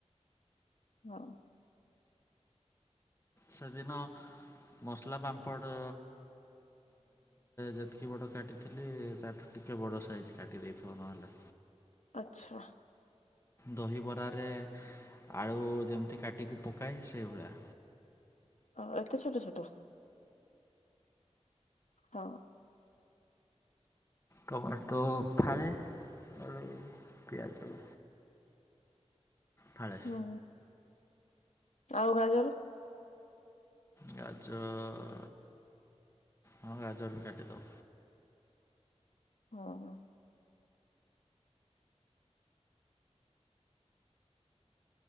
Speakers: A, on the left; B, on the left.
A: ହଁ।
B: ସେଦିନ ମସଲା ପାମ୍ପଡ଼ରେ ଯେତିକି ବଡ଼ କାଟିଥିଲି ତାଠୁ ଟିକେ ବଡ଼ ସାଇଜ୍ କାଟି ଦେଇଥିବ ନହେଲେ।
A: ଆଛା।
B: ଦହିବରାରେ ଆଳୁ ଯେମିତି କାଟିକି ପକାଏ ସେଇଭଳିଆ।
A: ଅ ଏତେ ଛୋଟ ଛୋଟ? ହଁ।
B: ଟମାଟୋ ଫାଳେ ଆଳୁ ପିଆଜ ଫାଳେ
A: ହୁଁ ଆଉ ଗାଜର
B: ଗାଜର ହଁ ଗାଜର ବି କାଟିଦବ।
A: ହଁ।